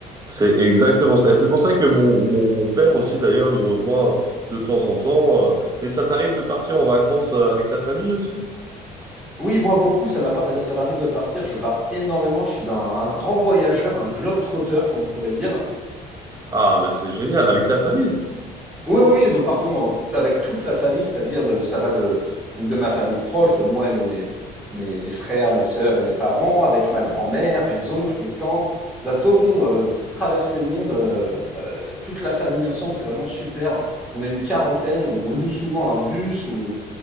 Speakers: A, on the right; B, in the centre.
A: C'est exactement ça. Et c'est pour ça que mon, mon, mon père aussi, d'ailleurs, nous rejoint de temps en temps. euh. mais ça t'arrive de partir en vacances euh, avec ta famille aussi?
B: Oui, moi, beaucoup, ça m'a pas- ça m'arrive de partir. Je pars énormément. Je suis un, un grand voyageur, un globe-trotter, comme on pourrait dire.
A: Ah, mais c'est génial, avec ta famille.
B: Oui, oui, nous partons en- avec toute la famille, c'est-à-dire de, ça va de, donc de ma famille proche, de moi et mes, et mes, mes frères, mes sœurs et mes parents, avec ma grand-mère, mes oncles, mes tantes. Nous adorons euh, traverser le monde, euh, euh, toute la famille ensemble, c'est vraiment super. On est une quarantaine, on loue souvent un bus ou